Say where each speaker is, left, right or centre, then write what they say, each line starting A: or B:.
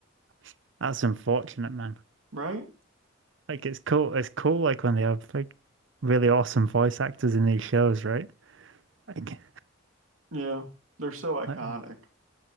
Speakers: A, on the right (about 65°); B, on the right (about 80°).
A: <laughs> That's unfortunate, man.
B: right?
A: Like it's cool. It's cool, like when they have like really awesome voice actors in these shows, right? Like,
B: Yeah, they're so iconic.
A: like,